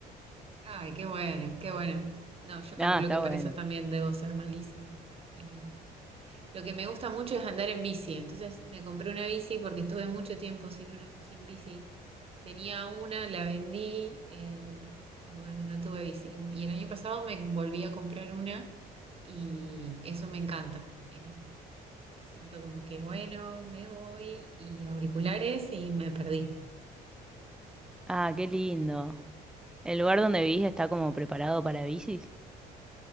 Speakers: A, on the right; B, in the centre.
A: Ay, qué bueno, qué bueno. No, yo calculo
B: Nada, está
A: que para
B: bueno.
A: eso también debo ser malísima. Eh, lo que me gusta mucho es andar en bici. Entonces me compré una bici porque estuve mucho tiempo sin una, sin bici. Tenía una, la vendí eh, y bueno, no tuve bici. Y el año pasado me volví a comprar una y eso me encanta. Eh, Siento como que, bueno, me voy y auriculares y me perdí.
B: Ah, qué lindo. ¿El lugar donde vivís está como preparado para bicis?